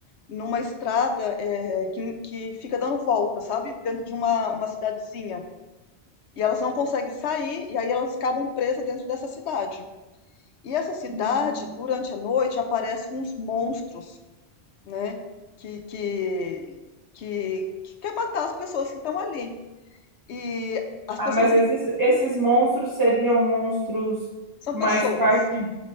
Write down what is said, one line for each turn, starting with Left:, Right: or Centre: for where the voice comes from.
Left: numa estrada é, que, que fica dando volta, sabe? Dentro de uma, uma cidadezinha. E elas não conseguem sair, e aí elas acabam presas dentro dessa cidade. E essa cidade,
Right: uhum.
Left: durante a noite, aparecem uns monstros, né? Que, que, que, que quer matar as pessoas que estão ali. E as
Right: Ah,
Left: pessoas
Right: mas
Left: que
Right: esses, esses monstros seriam monstros
Left: são
Right: mais
Left: pessoas,
Right: parte.